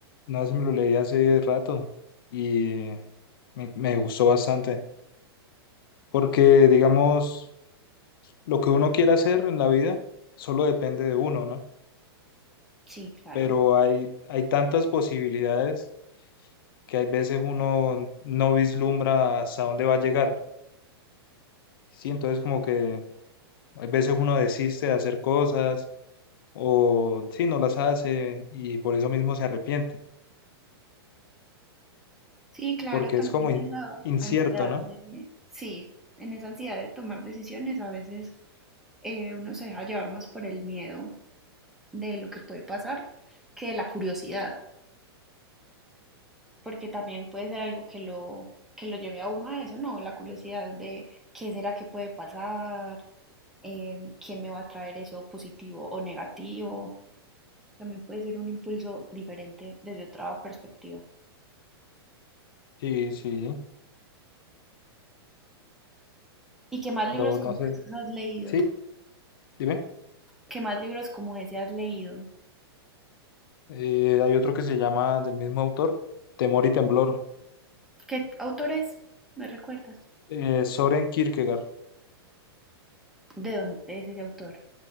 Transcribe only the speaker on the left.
una vez me lo leí hace rato y me, me gustó bastante, porque digamos, lo que uno quiere hacer en la vida solo depende de uno, ¿no?
Pero hay, hay tantas posibilidades que hay veces uno no vislumbra hasta dónde va a llegar, ¿sí? Entonces como que hay veces uno desiste de hacer cosas o sí, no las hace y por eso mismo se arrepiente,
porque
es como in-
incierto,
¿no?
Sí, sí,
pero
no
sé,
sí, dime.
Eh, hay otro que se llama del mismo autor, Temor y Temblor,
eh, Soren Kierkegaard,